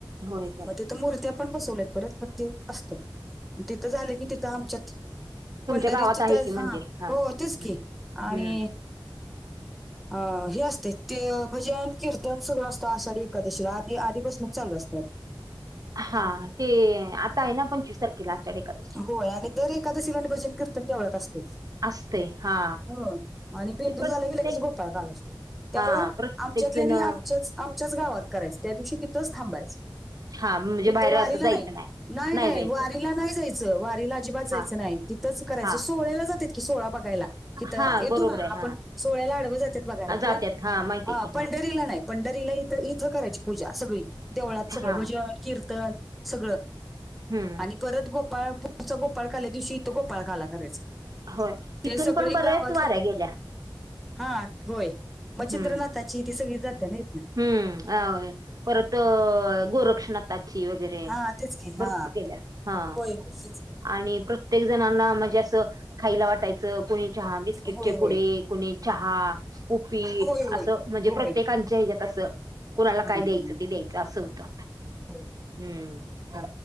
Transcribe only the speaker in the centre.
मग तिथं मूर्ती पण बसवल्यात परत मग ते असतय. तिथं झाल की तिथं आमच्यात
पंढरीची
त्या
हा
हो
तस की आणि
अ हे असते ते म्हजेन कीर्तन सगळं असतो आषाढी एकादशीला आधी आधीपासूनच चालू असतात.
होय आणि दर एकादशीला भजन कीर्तन देवळात असतय.
हो आणि बेंदूर
झाला की लगेच गोप्पाळकाला असततोय. त्यामुळ
आमच्यातल्यानी
आमच्याच आमच्याच गावात करायचं त्या दिवशी तिथंच थांबायच.
इथ
वारीला
नाही नाही नाही
वारीला नाही जायचं वारीला अजिबात जायचं
नाही तिथंच करायचं
सोह्याला जातात की सोळा बघायला. किथं
येतो
ना
आपण
सोहळ्याला आडव जातेत बघायला
पण
हा
पंढरीला नाही पंढरीला इथ इथं करायची पूजा सगळी. देवळात सगळं
भजन कीर्तन सगळं
आणि परत गोपाळ पुढचा गोपाळ काल्या दिवशी इथं गोपाळ काला करायचा.
ते
सगळी
गावातले
हा होय
चंद्रनाथांची ती सगळी जात्या नाई
हा तेच की हा
होय होय तेच की
होय होय
होय होय
होय
हम्म,
हो